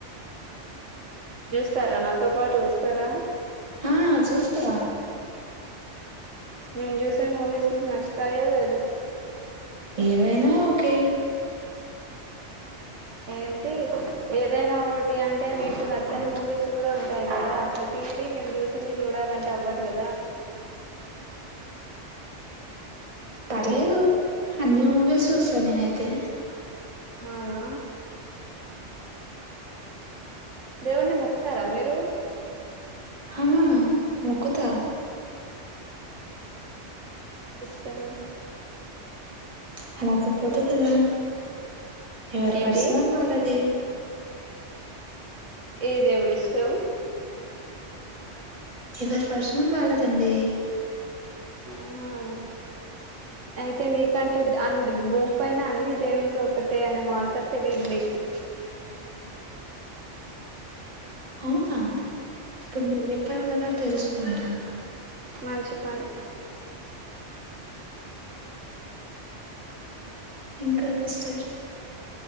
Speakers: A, on the right (about 80°); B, on the right (about 30°).
A: స్తారా నాతో పాటు వస్తారా
B: ఆ చూస్థా
A: నేను చూసే మూవీస్ నికు నచ్చతాయో లేదో
B: ఏవైనా ఓకె
A: ఏంటి ఏదైనా ఒకటి అంటే మీకు నచ్చని మూవీస్ కూడా ఉంటాయి కదా ప్రతిదీ మేము చూసింది చూడాలంటే అవ్వదు కదా
B: పర్లేదు అన్ని మూవీస్ చూస్తాను నేనైతే
A: అవునా దేవున్నీ మొక్కుతారా మీరు?
B: హావును ముక్కుత
A: త <unintelligible>
B: హ అలా చెపొదు కదా ఎవరు
A: ఏంటి
B: పర్సనల్ వాళ్ళది
A: ఏ దేవుడు ఇష్టం?
B: ఎవరి పర్సనల్ వాళ్ళదండి
A: అవునా అయితే నీ కంటే ఆళ్ళు భూమి పైన అన్ని దేవుడు ఒకటే అనే మాట తెలీదు నీకు
B: అవునా <unintelligible> తెలుసుకుంటా
A: మంచి పని
B: ఇంకా సిస్టర్